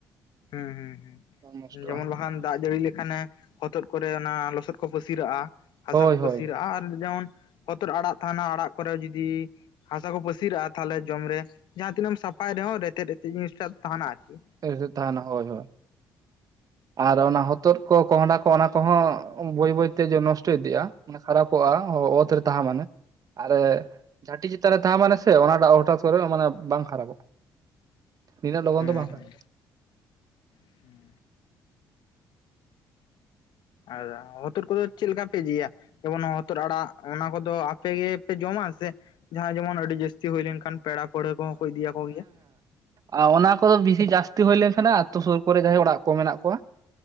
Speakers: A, on the left (about 70°); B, on the right (about 50°).
A: ᱦᱮᱸ ᱦᱮᱸ ᱦᱮᱸ
B: ᱵᱟᱝ ᱱᱚᱥᱴᱚᱜᱼᱟ
A: ᱡᱮᱢᱚᱱ ᱵᱟᱠᱷᱟᱱ ᱫᱟᱜ ᱡᱟᱲᱤ ᱞᱮᱠᱷᱟᱱᱮ ᱦᱚᱛᱚᱫ ᱠᱚᱨᱮ ᱚᱱᱟ ᱞᱚᱥᱚᱫ ᱠᱚ ᱯᱟᱥᱤᱨᱟᱜᱼᱟ᱾ ᱦᱟᱥᱟ
B: ᱦᱳᱭ
A: ᱠᱚ ᱯᱟᱹᱥᱤᱨᱟᱜᱼᱟ
B: ᱦᱳᱭ
A: ᱟᱨ ᱡᱮᱢᱚᱱ ᱦᱚᱛᱚᱫ ᱟᱲᱟᱜ ᱛᱟᱦᱮᱱᱟ, ᱟᱲᱟᱜ ᱠᱚᱨᱮ ᱡᱩᱫᱤ ᱦᱟᱥᱟ ᱠᱚ ᱯᱟᱹᱥᱤ ᱨᱟᱜᱼᱟ ᱛᱟᱦᱚᱞᱮ ᱡᱚᱢ ᱨᱮ ᱡᱟᱦᱟᱸ ᱛᱤᱱᱟᱹᱜ ᱮᱢ ᱥᱟᱯᱷᱟᱭ ᱨᱮᱦᱚᱸ ᱨᱮᱛᱮᱫ ᱨᱮᱛᱮᱫ ᱡᱤᱱᱤᱥ ᱴᱟ ᱛᱟᱦᱮᱱᱟ ᱟᱨᱠᱤ
B: ᱮᱥᱮᱜ ᱛᱟᱦᱮᱱᱟ ᱦᱳᱭ ᱦᱳᱭ ᱟᱨ ᱚᱱᱟ ᱦᱚᱛᱚᱫ ᱠᱚ ᱠᱚᱸᱦᱰᱟ ᱠᱚ ᱚᱱᱟ ᱠᱚᱦᱚᱸ ᱵᱟᱹᱭ ᱵᱟᱹᱭᱛᱮ ᱱᱚᱥᱴᱚ ᱤᱫᱤᱜᱼᱟ ᱠᱷᱟᱨᱟᱯᱚᱜᱼᱟ ᱦᱚ
A: ᱦᱮᱸ
B: ᱚᱛ ᱨᱮ ᱛᱟᱦᱮᱸ ᱢᱟᱱᱮ ᱟᱨ ᱡᱷᱟᱴᱤ ᱪᱮᱛᱟᱱ ᱨᱮ ᱛᱟᱦᱮᱸ ᱢᱟᱱᱮ ᱛᱮ ᱚᱱᱟᱴᱟᱜ ᱦᱚᱴᱟᱛ ᱠᱚᱨᱮ ᱢᱟᱱᱮ ᱵᱟᱝ ᱠᱷᱟᱨᱟᱯᱚᱜᱼᱟ ᱱᱤᱱᱟᱹᱜ ᱞᱚᱜᱚᱱ
A: ᱦᱮᱸ
B: ᱫᱚ ᱵᱟᱝ ᱠᱷᱟᱨᱟᱯᱚᱜ-ᱟ
A: ᱦᱮᱸ ᱦᱮᱸ ᱟᱨ ᱦᱚᱛᱚᱫ ᱠᱚᱫᱚ ᱪᱮᱫ ᱞᱮᱠᱟ ᱯᱮ ᱡᱤᱭᱟ ᱡᱮᱢᱚᱱ ᱦᱚᱛᱚᱫ ᱟᱲᱟᱜ ᱚᱱᱟ ᱠᱚᱫᱚ ᱟᱯᱮ ᱜᱮ ᱯᱮ ᱡᱚᱢᱟ ᱥᱮ ᱡᱟᱦᱟᱸᱭ ᱡᱮᱢᱚᱱ ᱟᱹᱰᱤ ᱡᱟᱹᱥᱛᱤ ᱦᱩᱭ ᱞᱮᱱᱠᱷᱟᱱ ᱯᱮᱲᱟ ᱯᱟᱹᱲᱦᱟᱹ ᱠᱚᱦᱚᱸ ᱠᱚ ᱤᱫᱤᱭᱟᱠᱚ ᱜᱮᱭᱟ
B: ᱟ ᱚᱱᱟ ᱠᱚᱫᱚ ᱵᱮᱥᱤ ᱡᱟᱥᱛᱤ ᱦᱩᱭ ᱞᱮᱱᱠᱷᱟᱱ ᱟᱛᱳ ᱥᱩᱨ ᱠᱚᱨᱮ ᱡᱟᱦᱟᱸᱭ ᱚᱲᱟᱜ ᱠᱚ ᱢᱮᱱᱟᱜ ᱠᱚᱣᱟ